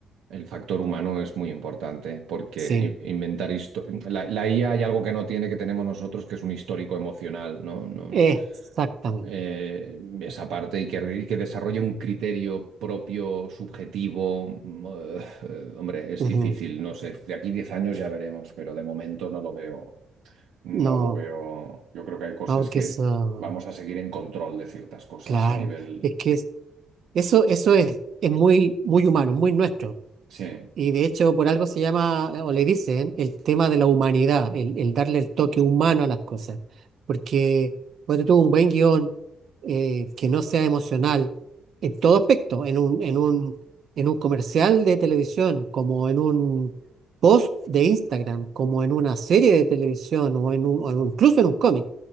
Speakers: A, on the right (about 80°); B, on the right (about 45°).
A: el factor humano es muy importante, porque
B: sí,
A: in- inventar histo- la, la IA hay algo que no tiene, que tenemos nosotros, que es un histórico emocional, ¿no? No,
B: exactamente.
A: eh, esa parte y que, y que desarrolle un criterio propio, subjetivo. mm, eh, hombre, es
B: Ujú.
A: difícil, no sé. De aquí 10 años ya veremos, pero de momento no lo veo. No
B: No,
A: lo veo. Yo creo que hay cosas
B: no, porque
A: que
B: eso,
A: vamos a seguir en control de ciertas cosas
B: claro,
A: a nivel.
B: es que es- eso, eso es, es muy, muy humano, muy nuestro.
A: Sí.
B: Y de hecho, por algo se llama, eh, o le dicen, el tema de la humanidad, el, el darle el toque humano a las cosas. Porque cuando tú un buen guión eh, que no sea emocional en todo aspecto, en un, en un, en un comercial de televisión, como en un post de Instagram, como en una serie de televisión o, en un, o en- incluso en un cómic,